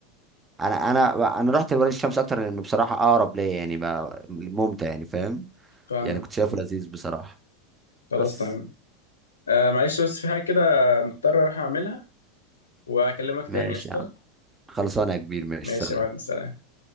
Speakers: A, on the right (about 20°); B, on the left (about 80°).
A: انا انا انا رحت لولاد الشمس اكتر لانه بصراحه اقرب ليا يعني بقى ممتع يعني فاهم
B: فاهمك
A: يعني كنت شايفه لذيذ بصراحه
B: خلاص
A: بس
B: تمام آه معلش بس في حاجه كده مضطر اروح اعملها واكلمك
A: ماشي
B: تاني قشطه
A: يا عم خلصانه يا كبير ماشي
B: ماشي
A: سلام
B: يا معلم سلام